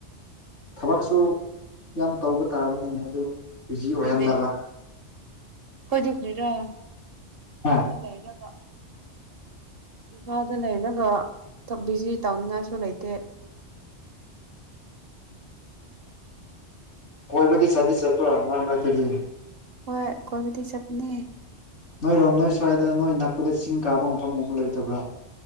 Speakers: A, on the left; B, on the right.
A: ꯊꯕꯛꯁꯨ ꯌꯥꯝ ꯇꯧꯕ ꯇꯥꯕꯅꯤꯅꯦ ꯑꯗꯨ ꯕꯤꯖꯤ ꯑꯣꯏꯍꯟꯅꯕ
B: ꯑꯗꯨꯅꯦ ꯈꯣꯏꯗꯤꯂꯤꯔꯥ
A: ꯑꯥ
B: ꯑꯗꯥ ꯂꯩꯔꯒ ꯏꯝꯐꯥꯜꯗ ꯂꯩꯔꯒ ꯕꯤꯖꯤ ꯇꯧꯅꯤꯡꯉꯥꯏꯁꯨ ꯂꯩꯇꯦ
A: ꯀꯣꯏꯕꯗꯤ ꯆꯠꯗꯤ ꯆꯠꯄ꯭ꯔꯥꯃꯔꯛ ꯃꯔꯛꯇꯗꯤ
B: ꯍꯣꯏ ꯀꯣꯏꯕꯨꯗꯤ ꯆꯠꯄꯅꯦ
A: ꯅꯣꯏꯔꯣꯝ ꯅꯣꯏ ꯁ꯭ꯋꯥꯏꯗ ꯅꯣꯏ ꯅꯛꯄꯗ ꯆꯤꯡ ꯀꯥꯕ ꯃꯐꯝꯒꯨꯝꯕ ꯂꯩꯇꯕ꯭ꯔꯥ